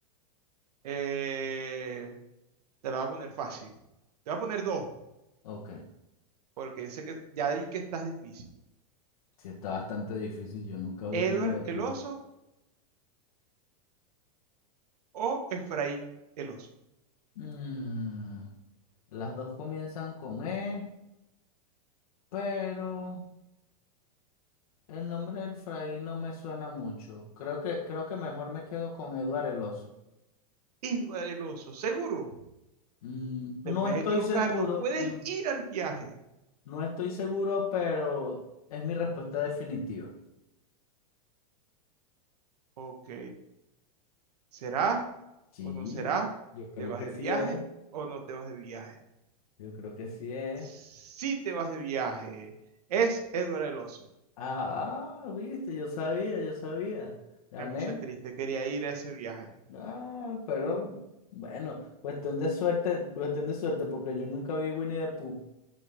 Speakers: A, on the right; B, on the left.
A: Eh, te la voy a poner fácil. Te voy a poner dos.
B: Ok,
A: Porque sé que ya vi que estás difícil.
B: sí está bastante difícil, yo nunca vi
A: Edward
B: Winnie the Pooh.
A: el oso o Efraín el oso.
B: Mm, las dos comienzan con E, pero el nombre del Fray no me suena mucho. Creo que, creo que mejor me quedo con Eduard el Oso.
A: Y el seguro,
B: Mm, no
A: te puedes
B: estoy
A: equivocar,
B: seguro,
A: no puedes
B: no,
A: ir al viaje.
B: no estoy seguro, pero es mi respuesta definitiva.
A: Ok, ¿será
B: Sí,
A: o no será?
B: yo, yo creo
A: ¿Te vas
B: que
A: de
B: sí
A: viaje
B: es.
A: o no te vas de viaje?
B: Yo creo que sí es.
A: Si te vas de viaje. Es Edward el oso.
B: Ah, ah, viste, yo sabía, yo sabía. Gané.
A: Me puse triste, quería ir a ese viaje.
B: Ah, pero bueno, cuestión de suerte, cuestión de suerte, porque yo nunca vi Winnie the Pooh.